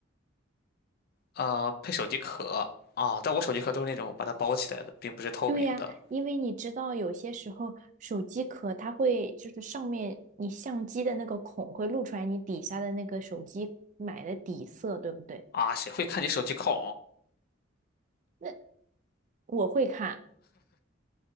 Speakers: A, on the left; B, on the right.
A: 呃，配手机壳啊，但我手机壳都是那种把它包起来的，并不是透明的
B: 对呀，因为你知道，有些时候手机壳它会就是上面你相机的那个孔会露出来你底下的那个手机买的底色，对不对？
A: 啊，谁会看你手机壳？
B: 那我会看，